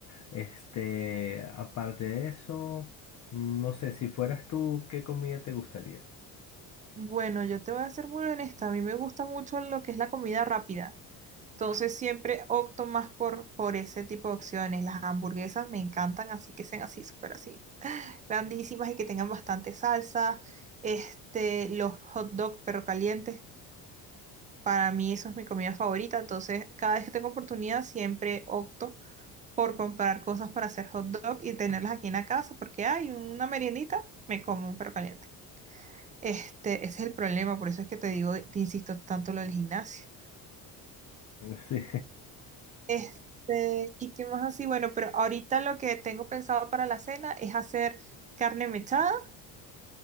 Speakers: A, on the left; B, on the right.
A: Este, aparte de eso, mm, no sé, si fueras tú, ¿qué comida te gustaría?
B: Bueno, yo te voy a ser muy honesta. A mí me gusta mucho lo que es la comida rápida. Entonces siempre opto más por, por ese tipo de opciones. Las hamburguesas me encantan, así que sean así, súper así, grandísimas y que tengan bastante salsa. Este, los hot dog perro calientes, para mí eso es mi comida favorita. Entonces, cada vez que tengo oportunidad, siempre opto por comprar cosas para hacer hot dog y tenerlas aquí en la casa, porque hay una meriendita, me como un perro caliente. Este, ese es el problema, por eso es que te digo, te insisto tanto lo del gimnasio.
A: <laughs> Sí.
B: Este, ¿y qué más así? Bueno, pero ahorita lo que tengo pensado para la cena es hacer carne mechada